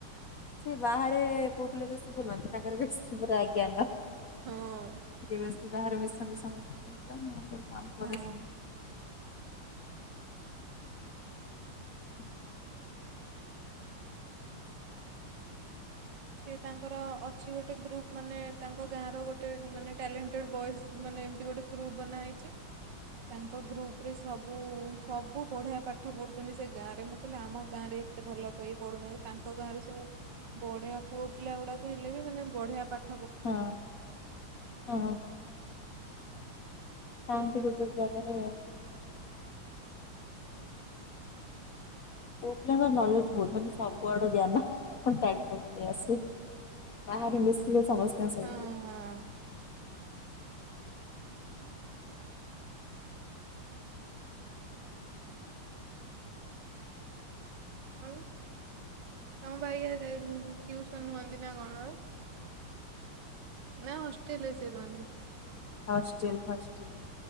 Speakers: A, on the left (about 60°); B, on the right (about 60°).
A: ସେ ବାହାରେ ପୁଅ ପିଲା ବେଶୀ ବୁଲନ୍ତି, ତାଙ୍କର ବେଶୀ ପୁରା ଜ୍ଞାନ।
B: ହଁ।
A: ଟିକେ ବେସି ବାହାରେ ମିଶା ମୁଶି କରନ୍ତି ତ ନହେଲେ ଆମ ପୁଅ
B: ହଁ
A: ହରା ସେମିତି। <inaudible>
B: ସେ ତାଙ୍କର ଅଛି ଗୋଟେ ଗ୍ରୁପ, ମାନେ ତାଙ୍କ ଗାଁ ର ଗୋଟେ ମାନେ ଟ୍ୟାଲେଣ୍ଟେଡ ବଏଜ୍‌ ମାନେ ଏମତି ଗୋଟେ ଗ୍ରୁପ ବନାହେଇଛି ତାଙ୍କ ଗ୍ରୁପ ରେ ସବୁ ସବୁ ବଢିଆ ପାଠ ପଢୁଛନ୍ତି ସେ ଗାଁ ରେ ମୁଁ କହିଲି ଆମ ଗାଁ ରେ ଏତେ ଭଲ କହି ପଢୁନାହାନ୍ତି। ତାଙ୍କ ଗାଁ ରେ ସବୁ ବଢିଆ ପୁଅ ପିଲା ଗୁଡାକ ହେଲେ ବି ମାନେ ବଢିଆ ପାଟି
A: ହଁ ହଁ। ଥାନ୍ତି
B: ହୁଁ
A: ଗୋଟେ ଜାଗା ରେ। ପୁଅ ପିଲା ଙ୍କ ନଲେଜ ବହୁତ ମାନେ ସବୁ ଆଡୁ ଜ୍ଞାନ ଟାଣି ଟୁଣିକି ନେଇଆସିବେ। ବାହାରେ ମିଶିବେ ସମସ୍ତଙ୍କ ସହିତ।
B: ହଁ ହଁ। ହଉ ତମ ଭାଇ ଆଜି ଯାଇ ଟ୍ୟୁସନ ହୁଅନ୍ତି ନା କଣ ପା? ନାଁ ହଷ୍ଟେଲ୍ ରେ ସେ ରୁହନ୍ତିି।
A: Hostel hostel.